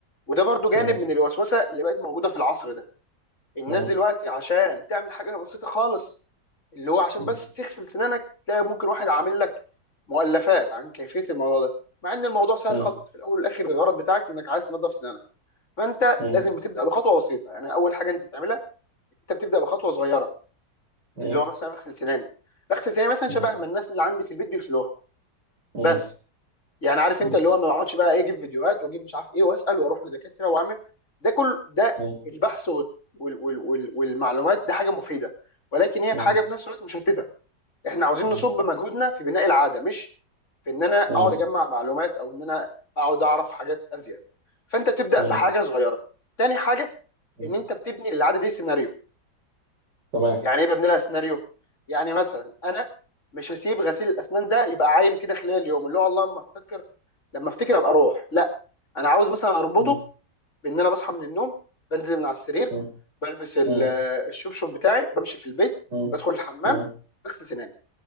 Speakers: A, on the left (about 45°); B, on the right (about 75°).
A: وده برضه جانب
B: مم.
A: من الوسوسه اللي بقت موجوده في العصر ده الناس
B: مم.
A: دلوقتي عشان تعمل حاجه بسيطه خالص اللي هو عشان
B: مم.
A: بس تغسل سنانك تلاقي ممكن واحد عامل لك مؤلفات عن كيفيه الموضوع ده مع ان الموضوع سهل
B: مم.
A: خالص في الاول والاخر الغرض بتاعك انك عايز تنظف سنانك فانت
B: مم.
A: لازم تبدا بخطوه بسيطه يعني اول حاجه انت بتعملها انت بتبدا بخطوه صغيره
B: مم.
A: اللي هو مثلا اغسل سناني اغسل سناني مثلا
B: مم.
A: شبه ما الناس اللي عندي في البيت بيغسلوها
B: مم.
A: بس يعني عارف
B: مم.
A: انت اللي هو ما اقعدش بقى ايه اجيب فيديوهات واجيب مش عارف ايه واسال واروح لدكاتره واعمل ده كل ده
B: مم.
A: البحث وال وال وال وال والمعلومات ده حاجه مفيده ولكن هي
B: مم.
A: في حاجه في نفس الوقت مشتته احنا عاوزين
B: مم.
A: نصب مجهودنا في بناء العاده مش في ان انا اقعد
B: مم.
A: اجمع معلومات او ان انا اقعد اعرف حاجات ازيد فانت تبدا
B: مم.
A: بحاجه صغيره تاني حاجه
B: مم.
A: ان انت بتبني للعاده دي سيناريو
B: تمام
A: يعني ايه ببني لها سيناريو يعني مثلا انا مش هسيب غسيل الاسنان ده يبقى عايم كده خلال اليوم اللي هو الله لما افتكر لما افتكر ابقى اروح لا انا عاوز مثلا اربطه
B: مم.
A: بان انا بصحى من النوم بنزل من على السرير
B: أيوة.
A: بلبس ال-
B: مم.
A: الشبشب بتاعي بمشي في البيت
B: مم. مم. مم.
A: بدخل الحمام
B: مم.
A: بغسل سناني